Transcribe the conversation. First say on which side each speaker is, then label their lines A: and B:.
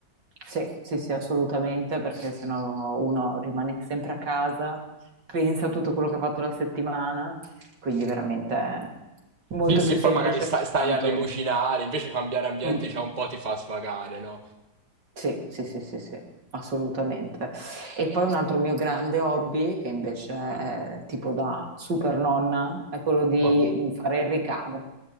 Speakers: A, on the right (about 65°); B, on the right (about 20°).
A: Sì, sì, sì, assolutamente, perché sennò uno rimane sempre a casa, pensa a tutto quello che ha fatto la settimana, quindi veramente è molto
B: Sì, sì,
A: più semplice
B: poi magari sta- stai
A: Intanto,
B: a rimucinare, invece cambiare ambiente
A: mm,
B: già un po' ti fa svagare, no?
A: sì, sì, sì, sì, sì, assolutamente. E poi un altro mio grande hobby, che invece è tipo da super nonna, è quello di
B: O-
A: fare il ricamo.